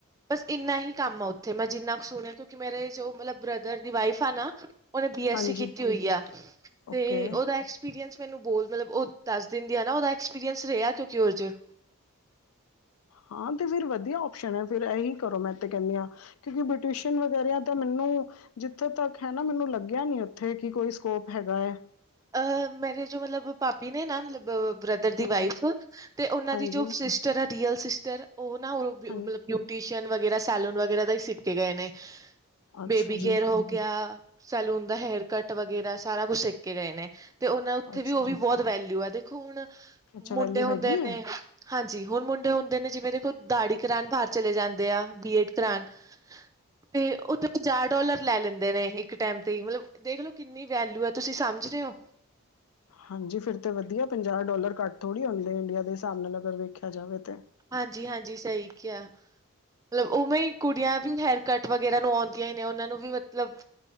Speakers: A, on the right; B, on the left.
A: ਬਸ ਇੰਨਾ ਹੀ ਕੰਮ ਆ ਉੱਥੇ, ਮੈਂ ਜਿੰਨਾ ਕੁ ਸੁਣਿਆ, ਕਿਉਂਕਿ ਮੇਰੇ ਜੋ ਮਤਲਬ ਬ੍ਰਦਰ ਦੀ ਵਾਈਫ ਆ ਨਾ ਉਹਨੇ ਬੀ ਐਸ
B: ਹਾਂਜੀ
A: ਸੀ ਕੀਤੀ ਹੋਈ ਆ
B: ਓਕੇ
A: ਤੇ ਉਹਦਾ ਐਕਸਪੀਰੀਅੰਸ ਮੈਨੂੰ ਬੋਹਤ ਮਤਲਬ ੳਹ ਦਸ ਦਿਨ ਦੀ ਹੈਨਾ, ਉਹਦਾ ਐਕਸਪੀਰੀਅੰਸ ਰਿਹਾ ਕਿਉਂਕਿ ਉਹਦੇ ਚ
B: ਹਾਂ ਤੇ ਫਿਰ ਵਧੀਆ ਔਪਸ਼ਨ ਹੈ ਫਿਰ, ਇਹੀ ਕਰੋ ਮੈਂ ਤੇ ਕਹਿੰਦੀ ਹਾਂ, ਕਿਉਂਕਿ ਬਟਿਊਸ਼ਨ ਵਗੈਰਾ ਤਾਂ ਮੈਨੂੰ ਜਿੱਥੋਂ ਤੱਕ ਹੈਨਾ ਮੈਨੂੰ ਲੱਗਿਆ ਨੀ ਉੱਥੇ, ਕਿ ਕੋਈ ਸਕੋਪ ਹੈਗਾ ਹੈ।
A: ਅਹ ਮੇਰੇ ਜੋ ਮਤਲਬ ਭਾਬੀ ਨੇ ਨਾ ਮਤਲਬ ਬ੍ਰਦਰ ਦੀ
B: ਹਮ
A: ਵਾਈਫ, ਤੇ ਉਹਨਾਂ
B: ਹਾਂਜੀ
A: ਦੀ ਜੋ ਸਿਸਟਰ ਆ ਰੀਅਲ ਸਿਸਟਰ ਉਹ ਨਾ ਉਹ ਮਤਲਬ
B: ਹਾਂ
A: ਬਿਊਟੀਸ਼ੀਅਨ ਵਗੈਰਾ ਸੈਲੂਨ ਵਗੈਰਾ ਦਾ ਹੀ ਸਿੱਖ ਕੇ ਗਏ ਨੇ
B: ਅੱਛਾ
A: ਬੇਬੀ
B: ਜੀ
A: ਕੇਅਰ ਹੋ ਗਿਆ, ਸੈਲੂਨ ਦਾ ਹੇਅਰ ਕੱਟ ਵਗੈਰਾ, ਸਾਰਾ ਕੁਛ ਸਿੱਖ ਗਏ ਨੇ। ਤੇ ਉਹਨਾ ਉੱਥੇ
B: ਅੱਛਾ
A: ਵੀ ਉਹਦੀ
B: ਜੀ
A: ਬਹੁਤ ਵੈਲਿਊ ਹੈ, ਦੇਖੋ ਹੁਣ
B: ਅੱਛਾ ਵੈਲਿਊ
A: ਮੁੰਡੇ ਹੁੰਦੇ
B: ਹੈਗੀ ਹੈ
A: ਨੇ ਹਾਂਜੀ, ਹੁਣ ਮੁੰਡੇ ਹੁੰਦੇ ਨੇ ਜਿਵੇਂ ਦੇਖੋ ਦਾੜੀ ਕਰਾਣ ਬਾਹਰ ਚਲੇ ਜਾਂਦੇ ਆ ਬਰੀਏਡ ਕਰਾਣ ਤੇ ਉੱਥੇ ਪੰਜਾਹ ਡੋਲਰ ਲੈ ਲੈਂਦੇ ਨੇ ਇੱਕ ਟਾਈਮ ਤੇ ਮਤਲਬ ਦੇਖ ਲਓ ਕਿੰਨੀ ਵੈਲਊ ਹੈ, ਤੁਸੀਂ ਸਮਝ ਸਮਝ ਰਹੇ ਔ,
B: ਹਾਂਜੀ ਫਿਰ ਤੇ ਵਧੀਆ ਪੰਜਾਹ ਡੋਲਰ ਘੱਟ ਥੋੜ੍ਹੀ ਹੋਂਦੇ ਨੇ, ਇੰਡੀਆ ਦੇ ਹਿਸਾਬ ਨਾਲ ਅਗਰ ਵੇਖਿਆ ਜਾਵੇ ਤੇ
A: ਹਾਂਜੀ-ਹਾਂਜੀ, ਸਹੀ ਕਿਹਾ, ਮਤਲਬ ਉਵੇਂ ਹੀ ਕੁੜੀਆਂ ਵੀ ਹੇਅਰ ਕੱਟ ਵਗੈਰਾ ਨੂੰ ਆਦੀਆਂ ਹੀ ਨੇ ਉਹਨਾਂ ਨੂੰ ਵੀ ਮਤਲਬ